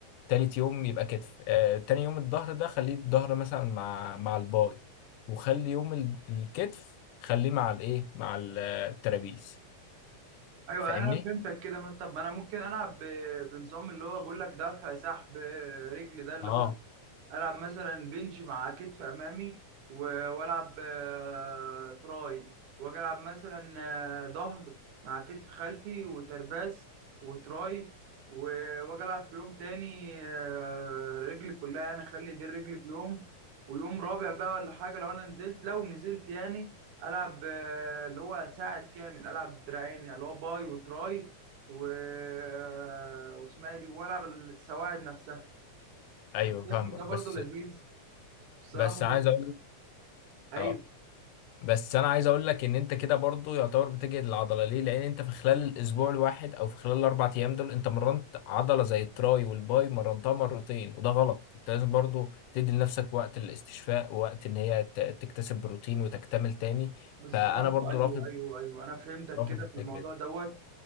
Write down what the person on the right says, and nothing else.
ايوه
يعني انا فهمتك كده ما- طب ما انا ممكن العب ب- بنظام اللي هو بقول لك دفع سحب آه، رجل ده اللي
هو العب مثلا بنج مع كتف امامي و- والعب آه، تراي واجي العب مثلا آه، ظهر مع كتف خلفي وترباس وتراي و- واجي العب في يوم تاني آه، رجلي كلها يعني اخلي دي الرجل في يوم ويوم رابع بقى ولا حاجه لو انا نزلت لو نزلت يعني العب آه، اللي هو ساعد كامل العب دراعين يعني اللي هو باي وتراي و... آه، واسمها إيه دي والعب السواعد نفسها
أنا شايف
إن ده برضه
لذيذ بصراحة
أيوه
بالظبط
أيوه
أيوه أيوه أنا فهمتك
كده
في الموضوع
دوت